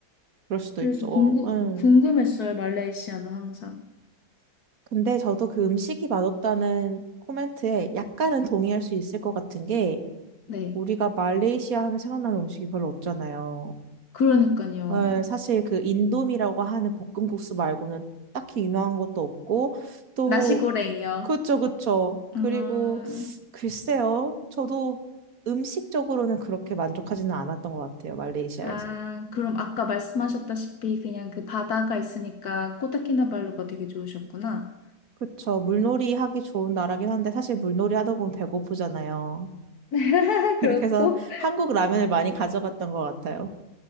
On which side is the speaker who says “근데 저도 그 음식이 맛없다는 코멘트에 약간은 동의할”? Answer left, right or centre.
Right